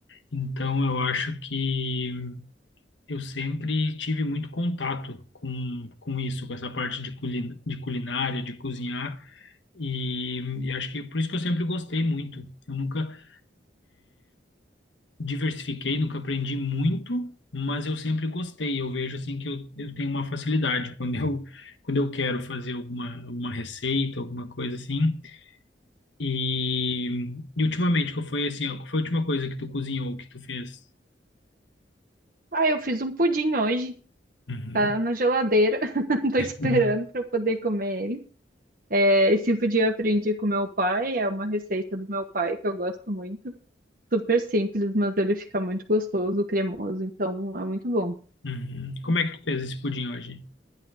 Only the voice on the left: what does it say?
então eu acho que eu sempre tive muito contato com, com isso, com essa parte de, culina, de culinária, de cozinhar, e, e acho que por isso que eu sempre gostei muito. Eu nunca diversifiquei, nunca aprendi muito, mas eu sempre gostei. Eu vejo assim que eu, eu tenho uma facilidade quando eu quando eu quero fazer alguma alguma receita, alguma coisa assim. E, e ultimamente, qual foi assim, ó, qual foi a última coisa que tu cozinhou, que tu fez?
Uhum,
uhum,
uhum. Como é que tu fez esse pudim hoje?